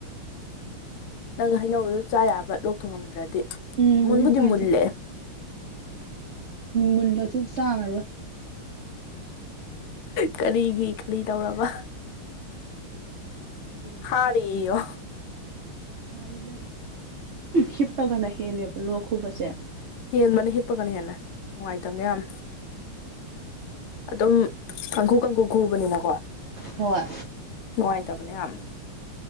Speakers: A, on the left; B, on the right.
A: ꯅꯪ ꯍꯩꯅꯧꯗꯨꯗ ꯆꯥ ꯌꯥꯕ ꯂꯣꯛ ꯊꯨꯡꯉꯝꯗ꯭ꯔꯗꯤ
B: ꯎꯝ
A: ꯃꯨꯟꯕꯨꯗꯤ
B: ꯀꯥꯏꯗꯦ
A: ꯃꯨꯜꯂꯦ
B: ꯃꯨꯗꯁꯨ ꯆꯥꯔꯣꯏ
A: ꯀꯔꯤꯒꯤ ꯀꯔꯤ ꯇꯧꯔꯕ
B: ꯑꯗꯨ
A: ꯍꯥꯔꯤꯣ
B: ꯍꯥꯏꯔꯤ ꯃꯦꯝ ꯍꯤꯞꯇꯒꯅ ꯍꯦꯜꯂꯦꯕ ꯂꯣꯛ ꯈꯨꯕꯁꯦ
A: ꯍꯦꯟꯕꯅ ꯍꯤꯞꯄꯒꯅ ꯍꯦꯟꯅ ꯅꯨꯡꯉꯥꯏꯇꯕꯅꯦ ꯌꯥꯝ ꯑꯗꯨꯝ ꯀꯥꯡꯈꯨ ꯀꯥꯡꯈꯨ ꯈꯨꯕꯅꯤꯃꯀꯣ
B: ꯍꯣꯏ
A: ꯅꯨꯡꯉꯥꯏꯇꯕꯅꯦ ꯌꯥꯝꯅ